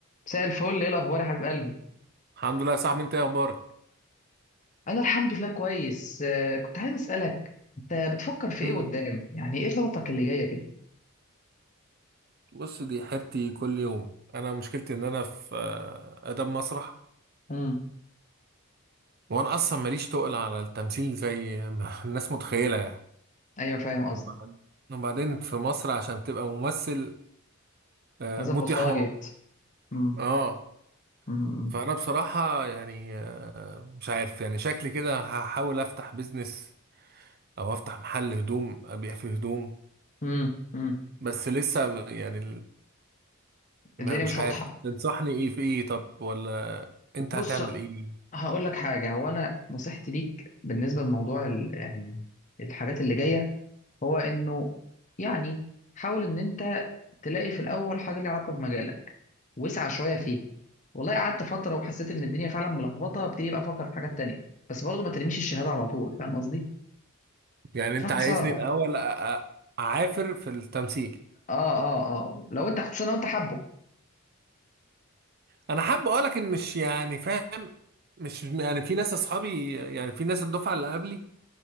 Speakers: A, on the left; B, on the right.
A: مساء الفل ايه الاخبار يا حبيب قلبي
B: الحمد لله يا صاحبي انت ايه اخبارك
A: انا الحمد لله كويس آه، كنت عايز اسالك انت بتفكر في
B: مم.
A: ايه قدام يعني ايه خططك اللي جايه كده
B: بص دي حيرتي كل يوم انا مشكلتي ان انا في آه، اداب مسرح
A: امم
B: وانا اصلا ماليش تقل على التمثيل زي ما <laughs> الناس متخيله يعني
A: ايوه فاهم قصدك
B: وبعد- وبعدين في مصر عشان تبقى ممثل آه،
A: لازم
B: موت
A: وسايط
B: يا حمار
A: امم
B: اه
A: امم
B: فانا بصراحه يعني آه، مش عارف يعني شكلي كده هحاول افتح بيزنس او افتح محل هدوم ابيع فيه هدوم
A: امم امم
B: بس لسه م- يعني ما
A: الدنيا
B: مش
A: مش
B: عارف
A: واضحه
B: تنصحني ايه في ايه طب ولا انت
A: بص
B: هتعمل ايه
A: هقول لك حاجه هو انا نصيحتي ليك بالنسبه لموضوع ال... يعني الحاجات اللي جايه هو انه يعني حاول ان انت تلاقي في الاول حاجه ليها علاقه بمجالك وسع شويه فيه والله قعدت فتره وحسيت ان الدنيا فعلا ملخبطه ابتدي بقى افكر في حاجات تانية بس برضه ما ترميش الشهاده على طول فاهم قصدي
B: يعني
A: عشان
B: انت
A: خساره
B: عايزني الاول
A: يعني.
B: أ- أ- اعافر في التمثيل
A: اه اه اه لو انت خصوصا لو انت حابه
B: انا حابب اقولك ان مش يعني فاهم مش يعني في ناس اصحابي يعني في ناس الدفعه اللي قبلي